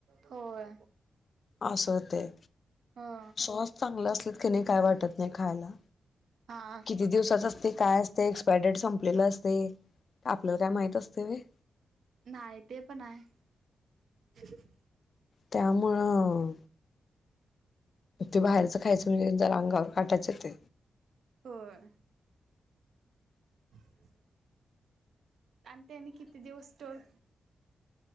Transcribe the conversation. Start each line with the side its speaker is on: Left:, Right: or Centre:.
Right: होय
Left: असतें
Right: हो
Left: सॉस चांगले असले की काय वाटतं नाहीं खायला
Right: हा
Left: किती दिवसांचाच असतें काय असतें एक्सपायरी डेट संपलेल्या असतें आपल्या काय माहित असतें ते
Right: नाहीं ते पणं आहेय
Left: त्यामुळेळं ते बाहेरचं खायचं म्हणजे जरा अंगावर काटाच येतं
Right: होय <inaudible> आणि त्यानी किती दिवस टर